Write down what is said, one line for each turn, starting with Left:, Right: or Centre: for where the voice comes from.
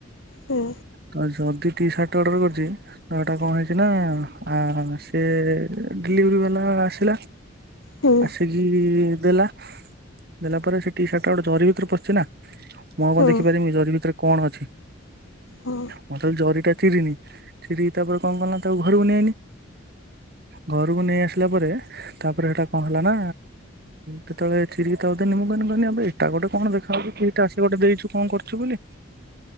Left: ହୁଁ
Right: ତ ଯଦି ଟି ସାର୍ଟଟେ ଅର୍ଡର କରିଚି ତାର ହେଟା କଣ ହେଇଚି ନାଁ ଆ ସିଏ ଡେଲିଭରି ବାଲା ଆସିଲା।
Left: ହୁଁ
Right: ଆସିକି ଦେଲା ଦେଲା ପରେ ସେଠିି ସାର୍ଟଟା ଗୋଟେ ଜରି ଭିତରେ ପସିଲା ମୁଁ ଆଉ କଣଦେଖି
Left: ହୁଁ
Right: ପାରିବି ଜରି ଭିତରେ କଣ ଅଛି
Left: ହୁଁ
Right: ମତେ ଜରି ଟା ତିରିନି ତିରି ତାପରେ କଣ କଲା ତାକୁ ଘରକୁ ନେଇନି ଘରକୁ ନେଇ ଆସିଲା ପରେ ତାପରେ ସେଟା କଣ ହେଲା ନା କେତେବେଳେ ଥ୍ରି ଥାଉଜେଣ୍ଟ ମୁଁ କରି ପାରୁନି ଆବେ ଏଇଟା ଗୋଟେ କଣ ଦେଖାଯାଉଛି କି ଟ୍ରାସଲେଟ୍ ଗୋଟେ ଦେଇଛୁ କଣ କରୁଛୁ ବୋଲି